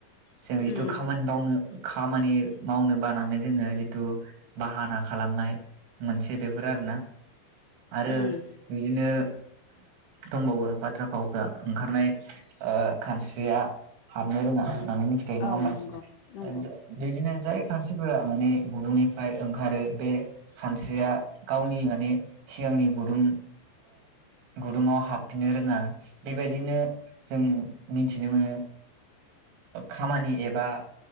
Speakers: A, on the right; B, on the left.
A: जों जिथु
B: उम
A: खामानि मावनो खामानि मावनो बानानै जोङो जिथु बाहाना खालामनाय मोनसे बेफोर आरोना आरो
B: उम
A: बिदिनो दंबावो बाथ्रा फावफ्रा ओंखारनाय खानस्रिया हाबनो रोङा होननानै मिथिखायो नङा
B: औ
A: होमबा
B: नंगौ नंगौ
A: ओ बिदिनो जाय खानस्रिफोरा माने गुदुंनिफ्राय ओंखारो बे खानस्रिया गावनि माने सिगांनि गुदुं गुदुङाव हाबफिननो रोङा बेबायदिनो जों मिथिनो मोनो खामानि एबा